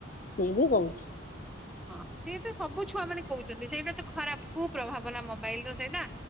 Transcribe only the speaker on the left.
ସିଏ ବି ଯାଉନି।